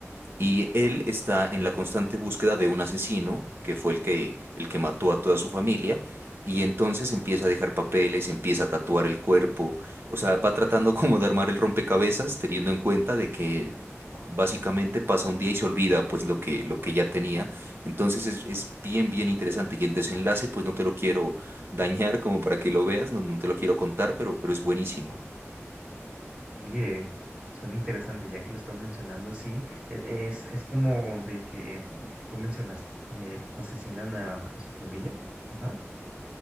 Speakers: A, on the right; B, on the right.
A: Y él está en la constante búsqueda de un asesino, que fue el que, el que mató a toda su familia, y entonces empieza a dejar papeles, empieza a tatuar el cuerpo, o sea, va tratando <laughs> como de armar el rompecabezas, teniendo en cuenta de que básicamente pasa un día y se olvida pues lo que, lo que ya tenía. Entonces es, es bien, bien interesante. Y el desenlace, pues no te lo quiero dañar como para que lo veas, no, no te lo quiero contar, pero, pero es buenísimo.
B: Oye, suena interesante, ya que lo estás mencionando así, e- es, es como de que mm, tú mencionaste, eh, asesinan a, a su familia, ajá,